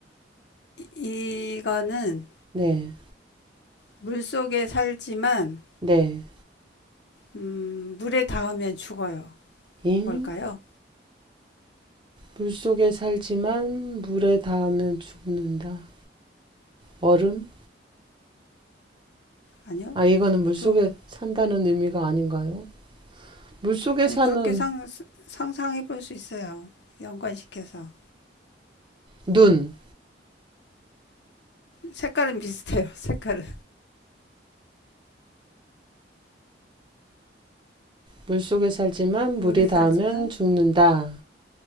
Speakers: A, on the left (about 70°); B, on the right (about 25°).
A: 이, 이거는
B: 네.
A: 물 속에 살지만
B: 네.
A: 음, 물에 닿으면 죽어요.
B: 잉.
A: 뭘까요?
B: 물속에 살지만 물에 닿으면 죽는다. 얼음?
A: 아니요.
B: 아, 이거는 물속에
A: 좀
B: 산다는 의미가 아닌가요? 물속에
A: 아니
B: 사는
A: 그렇게 상, 상상해 볼 수 있어요. 연관시켜서
B: 눈.
A: 색깔은 비슷해요. <laughs> 색깔은
B: 물속에 살지만
A: 물에
B: 물이 닿으면
A: 살지만
B: 죽는다.